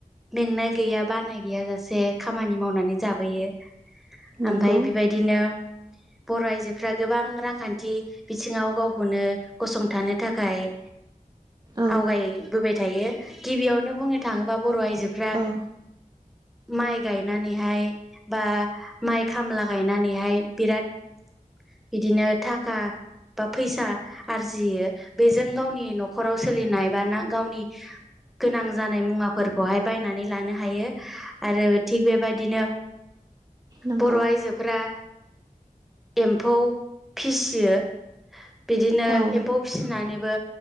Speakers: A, in the centre; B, on the right.
A: मेंनाय गैया बानाय गैया जासे खामानि मावनानै जाबोयो
B: नंगौ
A: आमफाय बेबायदिनो बर' आइजोफ्रा गोबां रांखान्थि बिथिङाव गावखौनो गसंथानो थाखाय
B: औ
A: आवगायबोबाय थायो गिबियावनो बुंनो थाङोबा बर' आइजोफ्रा
B: औ
A: माइ गायनानैहाय बा माइ खामला गायनानैहाय बिराद बिदिनो थाखा बा फैसा। आरजियो बेजों गावनि न'खराव सोलिनाय बा ना गावनि। गोनां जानाय मुवाफोरखौहाय बायनानै लानो हायो। आरो थिग बेबायदिनो।
B: नंगौ
A: बर' आइजोफोरा एम्फौ फिसिना। फिसियो बिदिनो
B: औ
A: एम्फौ फिसिनानैबो।